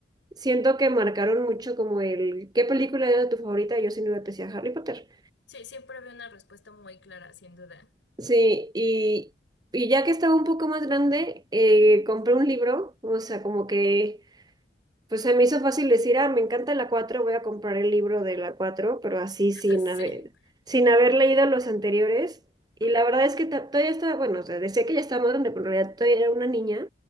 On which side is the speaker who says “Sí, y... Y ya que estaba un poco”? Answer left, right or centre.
Right